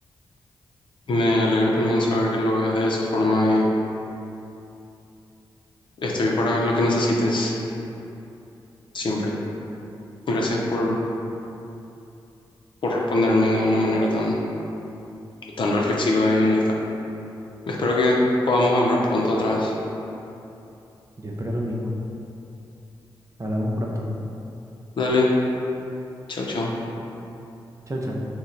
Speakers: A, on the left; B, on the right.
A: Me alegro también saber que lo ves de esa forma y estoy para lo que necesites siempre. Gracias por, por responderme de una manera tan, tan reflexiva y honesta. Espero que podamos hablar pronto otra vez.
B: Yo espero lo mismo. Hablamos pronto.
A: Dale, chau, chau.
B: Chao, chao.